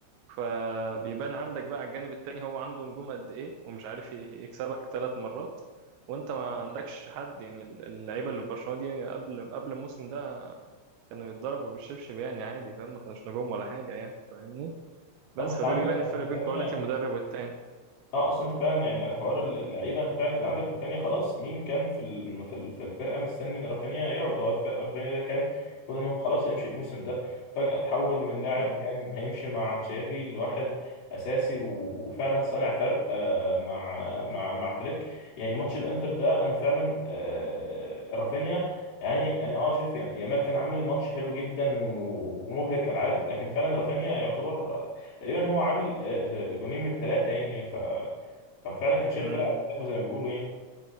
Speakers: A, on the right (about 80°); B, on the left (about 60°).
A: فبيبان عندك بقى على الجانب التاني هو عنده نجوم قد ايه ومش عارف ي- يكسبك ثلاث مرات وانت ما عندكش حد يعني ال- اللعيبه اللي في برشلونه دي قبل قبل الموسم ده كانوا يتضربوا بالشبشب يعني عادي فاهم ما كانوش نجوم ولا حاجه يعني فاهمني بس
B: اه انت
A: فده
B: عندك
A: بيبان الفرق بين
B: ثانية
A: كواليتي المدرب والتاني
B: اه اصل انت فعلا يعني الحوار اللعيبه انت فعلا كان عندك رافينيا خلاص مين كان في الم- في ال- في الفرقه مستني ان رافينيا يقعد هو الف- رافينيا ده كان المفروض
A: مم.
B: ان هو خلاص هيمشي الموسم ده فجاه تحول من لاعب
A: مم.
B: كان هيمشي مع تشافي لواحد اساسي و- وفعلا صانع فرق آه، مع مع مع فليك يعني ماتش الانتر ده انا فعلا آه، رافينيا يعني يعني اه شايف يا- يامال كان عامل ماتش حلو جدا و- ومبهر كالعاده لكن فعلا رافينيا يعتبر آه، تقريبا هو عامل آه، آه، جونين من الثلاثه يعني ف ففعلا كان شايل
A: مم.
B: فرقه على كتافه زي ما بيقولوا يعني